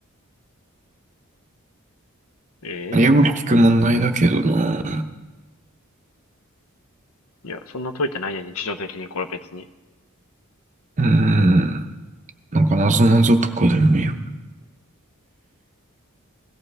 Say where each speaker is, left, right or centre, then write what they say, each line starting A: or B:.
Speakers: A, on the left; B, on the right.
A: え
B: よく聞く問題だけどな。
A: いや、そんな解いてないや、日常的にこれ別に。
B: うーん。なんか謎ぞなぞとかでもいいよ。